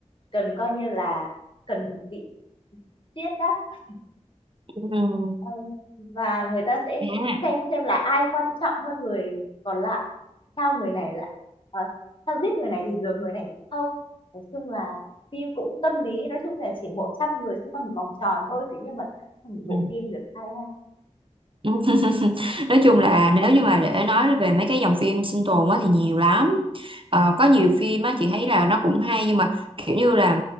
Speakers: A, on the left (about 40°); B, on the right (about 45°).
A: cần coi như là cần bị giết á
B: Ừ.
A: Ờ, và người ta sẽ
B: À.
A: xem xem là ai quan trọng hơn người còn lại sao người này lại ờ, sao giết người này thì được người này thì không nói chung là phim cũng tâm lý nói chung là chỉ một trăm người xung quanh một vòng tròn thôi thế nhưng mà thành một
B: Ừ.
A: bộ phim được hay ha
B: <laughs> Nói chung là nếu như mà để nói về mấy cái dòng phim sinh tồn á thì nhiều lắm ờ, có nhiều phim á chị thấy là nó cũng hay nhưng mà kiểu như là